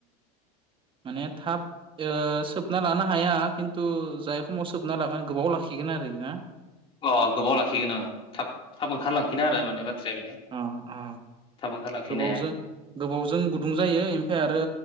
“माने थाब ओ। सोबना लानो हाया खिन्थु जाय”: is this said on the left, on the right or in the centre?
Right